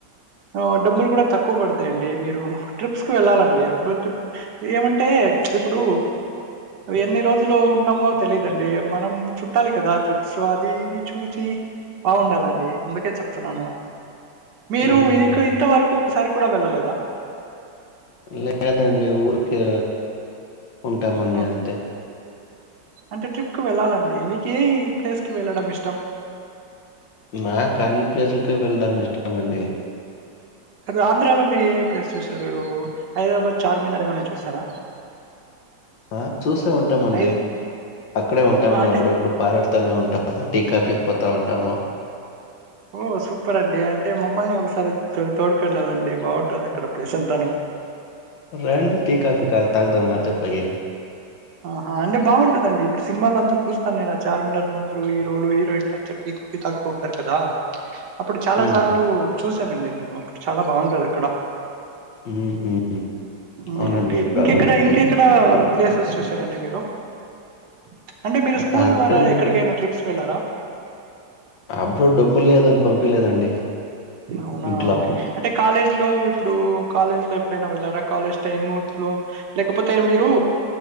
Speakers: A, on the right; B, on the left.
A: ఆ డబ్బులు కూడా తక్కువ పడుత్ అేండి మీరు ట్రిప్స్ కుి వెళ్ళాలండి అప్పుడు ట్రిప్ ఏమంటే ఇప్పుడు ప్చ్ ఎన్ని రోజులు ఉంటామో తెలిదండి మనం చుట్టాలి కదా ట్రిప్స్ అది చూచి బాగుండాలండి అందుకే చెప్తున్నాను మీరు
B: మ్మ్ మ్మ్
A: ఇక ఇంతవరకు ఒసారి కూడా వెళ్ళలేదా
B: లేదండి ఊరికే ఉంటామండి
A: ఉం.
B: అంతే
A: అంటే ట్రిప్కి వెళ్ళాలండి మీకు ఏ ప్లేస్ కి వెళ్ళడం ఇష్టం
B: నాకు అన్ని ప్లేసులకి వెళ్దాం ఇష్టమండి
A: రంధ్రాలో మీరు ఏ ప్లేస్ చూసారు హైదరాబాద్ చార్మినార్ ఏమన్నా చూసారా
B: ఆ చూసే ఉంటామండి
A: ఐ-
B: అక్కడే ఉంటాము
A: ఆ, అంటే
B: అప్పుడప్పుడు పారాడతానే ఉంటాము టీ కాఫీ పోత ఉంటాము
A: ఓ సూపర్ అండి అంటే మమ్మల్ని ఒకసారి తోడుకొని వెళ్ళండి బాగుంటుంది అక్కడ ప్లేస్ అంతాను
B: రండి టీ కాఫీ తాక్ తాకుదాము అట్లా పోయి
A: ఆహా అంటే బాగుంటదండి ఇప్పుడు సినిమాలంత చూస్తాను నే ఆ చార్మినర్ ముందురు హీరోలు హీరోయిన్లంతా టీ కాఫీ తాగుతూ ఉంటారు కదా అప్పుడు చాలా
B: హ్మ్.
A: సార్లు చూసానండి నేను చాలా బాగుంటదక్కడ
B: హ్మ్. హ్మ్.
A: మ్మ్
B: అవునండి
A: ఇంకెక్కడ
B: బాగుంటుంది.
A: ఇంకెక్కడ తోస్ చూసారండి మీరు ప్చ్ అంటే మీరు స్కూల్
B: అంతేనండి.
A: ద్వారా ఎక్కడికైనా ట్రిప్స్ వెళ్లారా
B: అప్పుడు డబ్బులు లేదని పంపియలేదండి
A: అవునా
B: ఇంట్లో.
A: ఒకే అంటే కాలేజ్ లో ఇప్పుడు కాలేజ్ లో ఎప్పుడైనా వెళ్లారా కాలేజ్ టైమ్స్ లో లేకపోతే మీరు